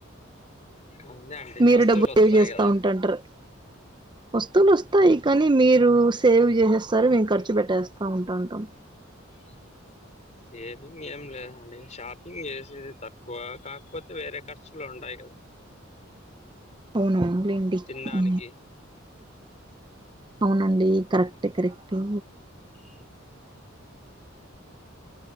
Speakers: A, on the left; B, on the right.
A: ఇంకా అంతే అండి
B: మీరు
A: వస్తువులు
B: డబ్బులు
A: వస్తాయి
B: సేవ్ చేస్తా
A: కదా
B: ఉంటుంటారు వస్తువులు వస్తాయి కానీ మీరు సేవ్ చేసేస్తారు మేము ఖర్చు పెట్టేస్తా ఉంటాంటాం.
A: <inaudible> షేవింగ్ ఏం లేదండి షాపింగ్ చేసేది తక్కువ కాకపోతే వేరే ఖర్చులు ఉంటాయి కదా. <inaudible>
B: అవును అవునులెండి
A: తినడానికి
B: ఉ అవునండి కరెక్ట్ కరెక్టు
A: <inaudible>